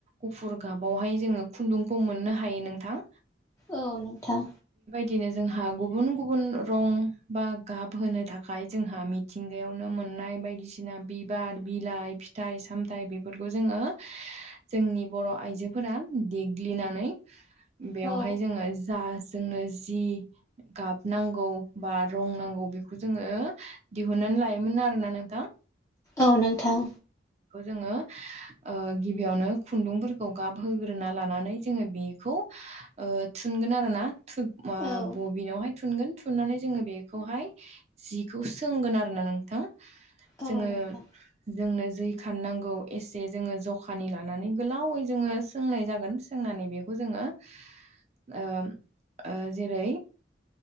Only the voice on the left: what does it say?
औ नोंथां
औ
औ नोंथां
औ
औ नोंथां